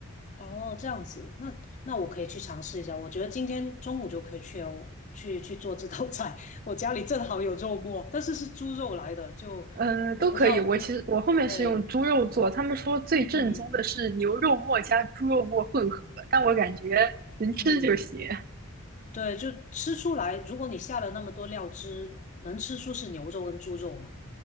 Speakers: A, on the left; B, on the right.
A: 哦，这样子，那那我可以去尝试一下。我觉得今天中午就可以去哦去去做这道菜。<laughs> 我家里正好有肉末，但是是猪肉来的，就我不知道味。
B: 嗯，都可以。我其实我后面是用猪肉做，
A: 对，
B: 他们说最正宗的是牛肉末加猪肉末混合，
A: 嗯
B: 但我感觉能吃就行。
A: 嗯，对，就吃出来。如果你下了那么多料汁，能吃出是牛肉跟猪肉吗？